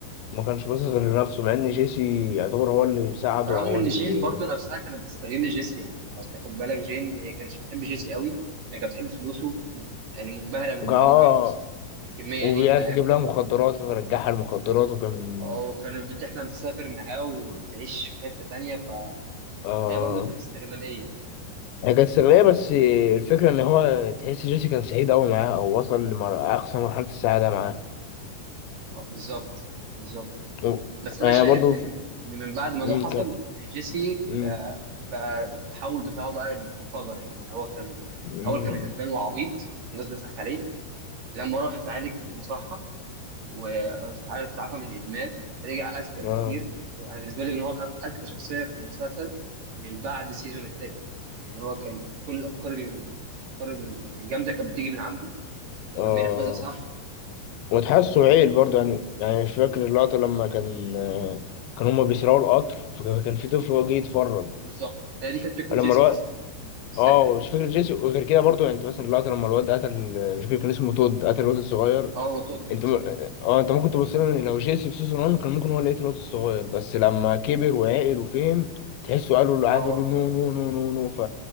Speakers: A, on the left (about 75°); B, on the right (about 50°).
A: ما كانش باصص غير لنفسه مع إن جيسي يعتبر هو اللي بيساعده
B: رغم
A: وهو
B: ان
A: اللي
B: جين برضو نفسها كانت بتستغل جيسي يعني لو تاخد بالك جين هي كانت بتحب جيسي قوي هي كانت بتحب فلوسه كانت يعني منبهرة بان
A: كان-
B: هو
A: اه
B: معاه فلوس الكمية
A: وبيعرف
B: دي فاهم
A: يجيب لها مخدرات فرجعها المخدرات وكان
B: او كانت بتحلم تسافر معاه وتعيش في حتة تانية فهي
A: اه
B: برضو كانت استغلالية
A: هي كانت استغلالية بس الفكرة إن هو تحس جيسي كان سعيد أوي معاه أو وصل لأقصى مرحلة السعادة معاه
B: آه، بالظبط بالظبط
A: و-
B: بس انا
A: أنا
B: شايف
A: برضو
B: ان
A: ف-
B: ان من بعد ما
A: مم،
B: ده حصل
A: كان
B: يعني جيسي
A: مم،
B: آه، بقى التحول بتاعه بقى انفجر يعني هو كان
A: مم،
B: اول كان غلبان وعبيط الناس بتضحك عليه لما راح اتعالج في المصحه وسبحان تعافى من الادمان رجع اذكى بكتير
A: آه
B: انا بالنسبه لي ان هو كان اذكى شخصيه في المسلسل من بعد السيزون التاني يعني هو كان كل الافكار الافكار الجامده كانت بتيجي من عنده
A: آه
B: كان بينفذها صح
A: وتحسه عيل برضو يعني يعني مش فاكر اللقطة لما كان آه، كان هما بيسرقوا القطر فكان في طفل هو جه يتفرج
B: فبالظبط هي دي كانت فكره
A: لما
B: جيسي
A: الواد
B: اصلا السرقه
A: اه
B: دي
A: مش فاكر جيسي وغير كده برضو يعني انت مثلا اللقطة لما الواد قتل مش فاكر كان اسمه تود قتل الواد الصغير
B: اه وتود
A: انت م... اه انت ممكن تبص لها ان لو جيسي في سيزون 1 كان ممكن هو اللي يقتل الواد الصغير بس لما كبر وعقل وفهم تحسه قالوا له
B: اه
A: قعدوا له نو نو نو نو نو ف